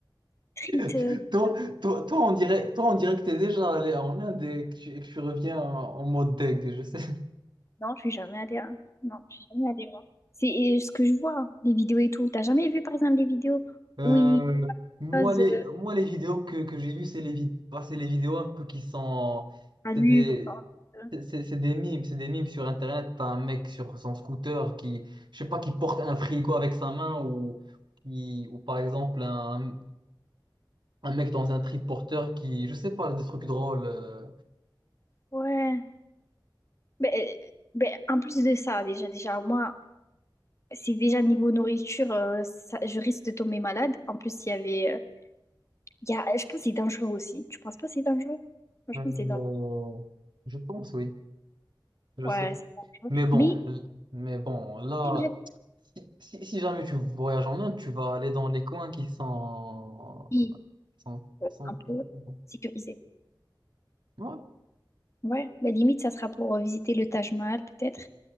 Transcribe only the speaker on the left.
street.
euh,
euh,
non, je suis jamais allée. hein. Non, je suis jamais allée, moi. C'est euh, ce que je vois, les vidéos et tout. T'as jamais vu, par exemple, les vidéos
où ils
posent
euh,
un
livre?
euh,
Ouais. Ben, euh, ben, en plus de ça, déjà, déjà, moi, c'est déjà niveau nourriture, euh, ça- je risque de tomber malade. En plus, il y avait. euh, il y a, je pense que c'est dangereux aussi. Tu penses pas que c'est dangereux? Franchement,
c'est dangereux.
Ouais,
c'est dangereux.
Mais
j'aimerais
oui,
euh,
un peu
sécurisé.
Ouais, ben, limite, ça sera pour euh, visiter le Taj Mahal, peut-être.